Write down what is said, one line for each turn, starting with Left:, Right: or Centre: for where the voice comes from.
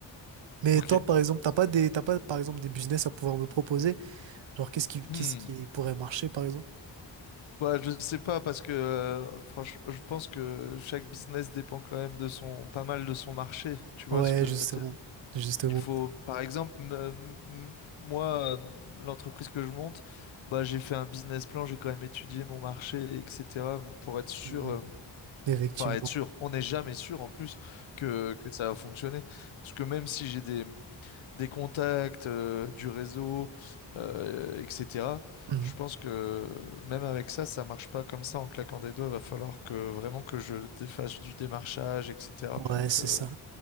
Right: Mais
Left: Ok.
Right: toi, par exemple, t'as pas des, t'as pas, par exemple, des business à pouvoir me proposer? Genre, qu'est-ce qui,
Left: Hmm.
Right: qu'est-ce qui pourrait marcher, par exemple?
Left: Ouais, je sais pas parce que euh, franchement, je pense que chaque business dépend quand même de son, pas mal de son marché. Tu
Right: Ouais,
Left: vois ce que
Right: justement.
Left: je veux dire?
Right: Justement.
Left: Il faut, par exemple, m- m- moi, euh, l'entreprise que je monte, bah, j'ai fait un business plan, j'ai quand même étudié mon marché, etc., pour être sûr,
Right: Mhm.
Left: euh,
Right: Effectivement.
Left: enfin être sûr, on n'est jamais sûr en plus que, que ça va fonctionner. Parce que même si j'ai des, des contacts, euh, du réseau, euh, etc.,
Right: Mhm.
Left: je pense que même avec ça, ça marche pas comme ça en claquant des doigts. Il va falloir que vraiment que je défasse du démarchage, etc.,
Right: Ouais,
Left: pour
Right: c'est
Left: que,
Right: ça.